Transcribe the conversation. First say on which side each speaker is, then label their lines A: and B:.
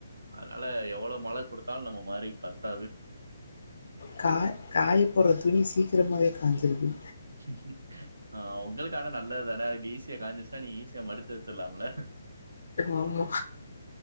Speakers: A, on the right; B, on the left.
A: அதனால எவ்ளோ மழை குடுத்தாலும் நம்ம மதுரை பத்தாது
B: கா காய போற துணி சீக்கிரமாவே காஞ்சிருது
A: <inaudible> ஆ உங்களுக்கான நல்லது தானே ஈஸியா காஞ்சிருசன்னா நீ ஈஸியா மடிச்சு வச்சிரலாம்ல
B: ஆமா